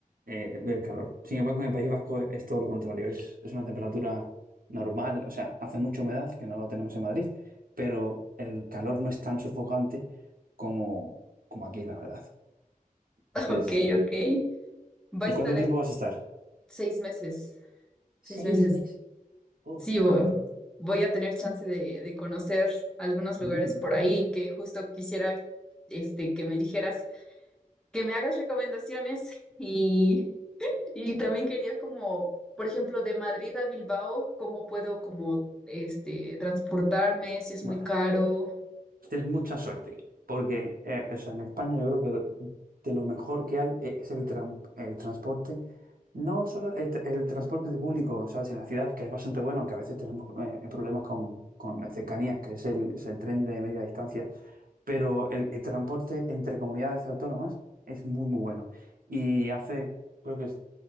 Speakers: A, on the right; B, in the centre.
A: eh, el calor. Sin embargo, en el País Vasco es, es todo lo contrario. Es, es una temperatura normal. O sea, hace mucha humedad, que no la tenemos en Madrid, pero el calor no es tan sofocante como, como aquí, la verdad.
B: <laughs>
A: Entonces,
B: Ok,
A: eh,
B: ok. Va
A: ¿y
B: a estar
A: cuánto tiempo
B: es-
A: vas a estar?
B: seis meses, seis
A: Seis
B: meses.
A: meses. Uf,
B: Sí, vo-
A: bueno, joder,
B: voy a tener chance de, de conocer algunos lugares
A: muy bien.
B: por ahí que justo quisiera este, que me dijeras, que me hagas recomendaciones y, y también quería como, por ejemplo, de Madrid a Bilbao, cómo puedo como este, transportarme, si es
A: Bueno,
B: muy caro.
A: Tienes mucha suerte, porque eh, o sea, en España yo creo que de lo mejor que hay e- es el, tran- el transporte, no solo el, tr- el transporte de público, ¿sabes? En la ciudad, que es bastante bueno, aunque a veces tenemos eh, problemas con, con las cercanías, que es el, es el tren de media distancia, pero el, el transporte entre comunidades autónomas es muy, muy bueno. Y hace, creo que es